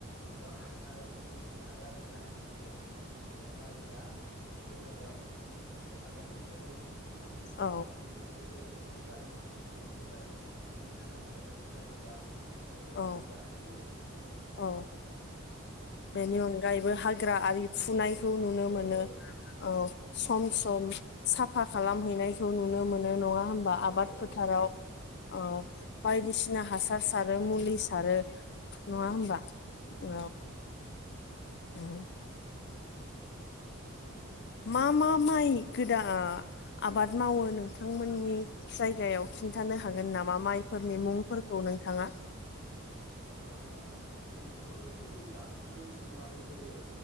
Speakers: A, on the left (about 75°); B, on the left (about 55°).
A: बेयाव हासार उनु सारो आरो जाहाथे नै बे माइफोरा जौनायाव हेफाजाब मोननाय बायदि
B: औ
A: लोगोसेनो जेरै एम्फौ जानायखौ एम्फौ जानायफोरखौ होबथानो थाखाय आबादारिफोरा गोबां ओ
B: औ
A: मुलि बाहायो
B: औ बेनि अनगायैबो हाग्रा आरि फुनाय खौ नुनो
A: औ
B: मोनो
A: औ
B: औ सम सम साफा खालामहैनायखौ नुनो मोनो नङा होमबा आबाद
A: औ औ
B: फोथाराव
A: नंगौ
B: औ बायदिसिना हासार सारो मुलि सारो
A: औ
B: नङा
A: औ
B: होमबा औ औ मा मा माइ गोदान आबाद मावो नोंथांमोननि जायगायाव खिन्थानो हागोन नामा माइफोरनि मुंफोरखौ नोंथाङा
A: ओ जोंनिथ गिबि बांसिन बि सुबुङानो जेरै